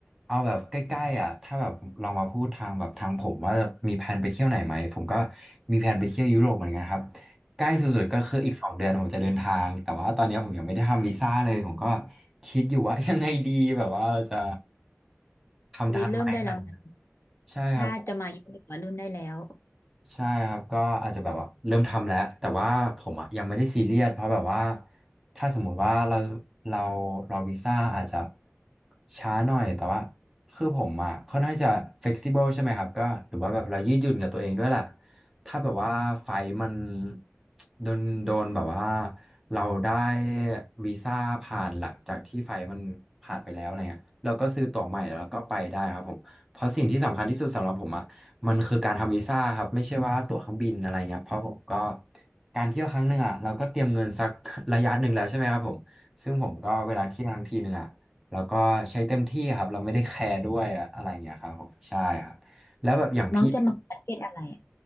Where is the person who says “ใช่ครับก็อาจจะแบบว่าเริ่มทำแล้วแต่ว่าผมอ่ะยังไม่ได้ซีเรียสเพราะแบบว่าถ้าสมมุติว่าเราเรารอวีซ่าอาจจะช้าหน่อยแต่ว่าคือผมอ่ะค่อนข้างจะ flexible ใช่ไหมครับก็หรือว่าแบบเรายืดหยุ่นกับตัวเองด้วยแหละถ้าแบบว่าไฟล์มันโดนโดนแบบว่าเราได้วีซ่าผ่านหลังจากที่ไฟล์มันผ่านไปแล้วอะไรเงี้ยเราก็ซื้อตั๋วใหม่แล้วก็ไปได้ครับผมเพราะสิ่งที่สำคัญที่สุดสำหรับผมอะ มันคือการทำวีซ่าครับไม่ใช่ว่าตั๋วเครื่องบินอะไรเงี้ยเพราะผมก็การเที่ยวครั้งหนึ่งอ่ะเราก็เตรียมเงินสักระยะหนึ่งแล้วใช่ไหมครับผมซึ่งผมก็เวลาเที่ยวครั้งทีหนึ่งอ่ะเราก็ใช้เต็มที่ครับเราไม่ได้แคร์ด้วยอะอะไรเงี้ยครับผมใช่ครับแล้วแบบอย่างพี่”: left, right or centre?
Centre